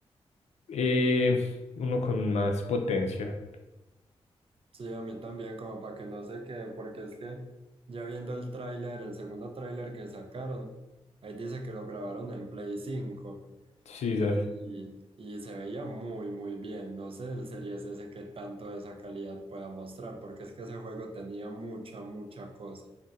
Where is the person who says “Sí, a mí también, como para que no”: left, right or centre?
Right